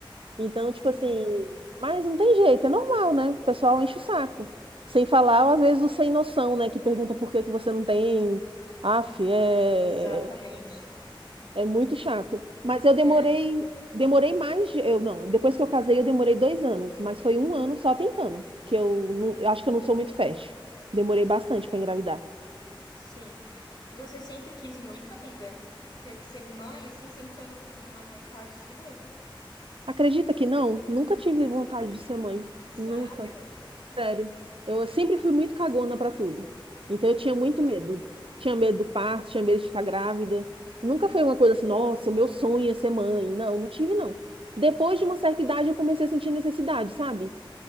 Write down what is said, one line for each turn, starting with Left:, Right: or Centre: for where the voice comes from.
Right: Então, tipo
Left: Uhum,
Right: assim, mas não tem jeito, é normal, né? O pessoal enche o saco. Sem falar, às vezes, o sem noção, né? Que pergunta por que que você não tem. Aff, é,
Left: exatamente.
Right: é muito chato. Mas eu demorei,
Left: É,
Right: demorei mais, de- eu não, depois que eu casei, eu demorei dois anos, mas foi um ano só tentando, que eu, não- eu acho que eu não sou muito fértil. Demorei bastante para engravidar.
Left: sim. E você sempre quis muito, amiga, ter- ser mãe, assim, sempre foi um- uma vontade sua?
Right: Acredita que não? Nunca tive vontade de ser mãe.
Left: Sério?
Right: Nunca. Sério. Eu sempre fui muito cagona pra tudo. Então eu tinha
Left: Aham.
Right: muito medo. Tinha medo do parto, tinha medo de ficar grávida. Nunca foi uma coisa assim, nossa, o meu sonho é ser mãe. Não, não tive, não. Depois de uma certa idade, eu comecei a sentir necessidade, sabe?